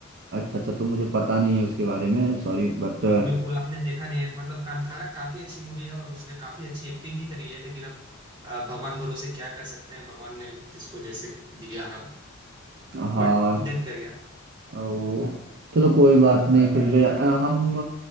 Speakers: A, on the right; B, on the right.
A: अच्छा अच्छा तो मुझे पता नहीं है उसके बारे में सॉरी बट
B: बिल्कुल आपने देखा नहीं है मतलब कांतारा काफी अच्छी मूवी है और उसने काफी अच्छी एक्टिंग भी करी है लेकिन अब अ, भगवान भरोसे क्या कर सकते हैं भगवान ने जिसको जैसे दिया
A: हाँ
B: बट डेथ कर गया
A: ओ चलो कोई बात नहीं फिर अ, हम